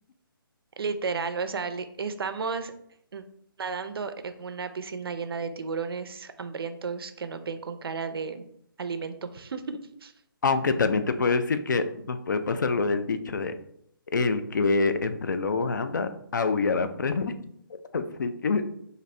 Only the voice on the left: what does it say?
Aunque también te puedo decir que nos puede pasar lo del dicho de El que entre lobos anda, aullar aprende. <laughs> Así que